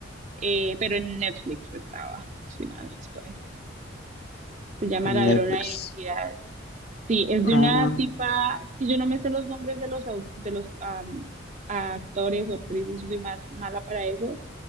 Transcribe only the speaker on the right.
Eh, pero en Netflix estaba, si mal no estoy. Se llama
Ladrona
de Identidades. Sí, es
de una tipa, es que yo no me sé los nombres de los, au- de los am, actores o actrices, yo soy más mala para eso